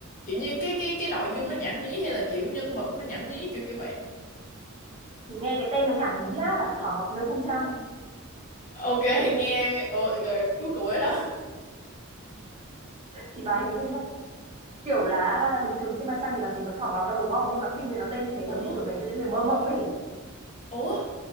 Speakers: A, on the left (about 40°); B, on the right (about 30°).
A: kiểu như cái cái cái nội dung nó nhảm nhí hay là kiểu nhân vật nó nhảm nhí kiểu kiểu vậy
B: thì nghe cái tên nó nhảm nhí á Thỏ Ngọc nơi cung trăng
A: ok nghe ồ, rồi chú cụ ở đâu
B: thì bà hình dung ra kiểu là bình thường trên mặt trăng thì làm gì có Thỏ Ngọc đâu đúng không nhưng mà phim này nó tên như thế
A: ủa
B: giống như kiểu dành cho những người mơ mộng ấy
A: ủa